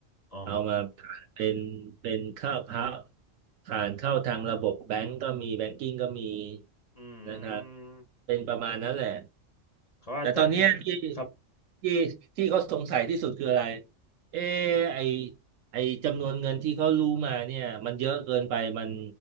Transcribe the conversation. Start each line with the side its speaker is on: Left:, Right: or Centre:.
Left: อ๋อ
Right: เอามาเป็นเป็นค่าพักผ่านเข้าทางระบบแบงก์ก็มีแบงกิ้งก็มี
Left: อื
Right: นะครับ
Left: ม
Right: เป็นประมาณนั้นแหละ
Left: เขาอาจจะนี่ไหมครับ
Right: แต่ตอนเนี้ยที่ที่ที่เขาสงสัยที่สุดคืออะไรเออไอไอจำนวนเงินที่เขารู้มาเนี่ยมันเยอะเกินไปมัน